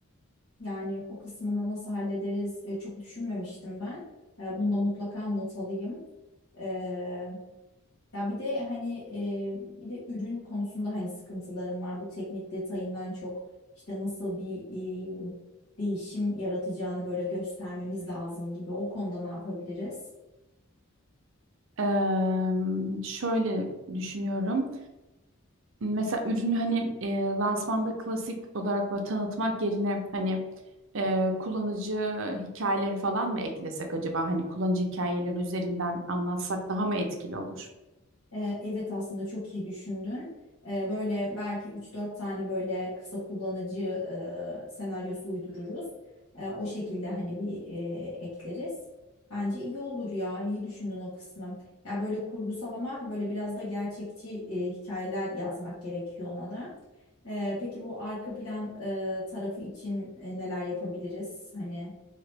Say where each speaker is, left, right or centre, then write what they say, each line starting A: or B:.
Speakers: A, on the left (about 70°); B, on the right (about 65°).
A: yani o kısmını nasıl hallederiz e, çok düşünmemiştim ben. Ee, bunu da mutlaka not alayım. Ee, ya bir de hani e, bir de ürün konusunda hani sıkıntılarım var. Bu teknik detayından çok işte nasıl bir e, değişim yaratacağını böyle göstermemiz lazım gibi. O konuda ne yapabiliriz?
B: Eee, şöyle düşünüyorum. Mesela ürünü hani e, lansmanda klasik olarak böyle tanıtmak yerine hani e, kullanıcı hikayeleri falan mı eklesek acaba? Hani kullanıcı hikayeleri üzerinden anlatsak daha mı etkili olur?
A: Ee, Evet aslında çok iyi düşündün. Ee, Böyle belki üç dört tane böyle kısa kullanıcı e, senaryosu uydururuz. E, O şekilde hani bir e, ekleriz. Bence iyi olur ya. iyi düşündün o kısmı. Ya böyle kurgusal ama böyle biraz da gerçekçi e, hikayeler yazmak gerekiyor ona da. E, Peki bu arka plan e, tarafı için e, neler yapabiliriz? Hani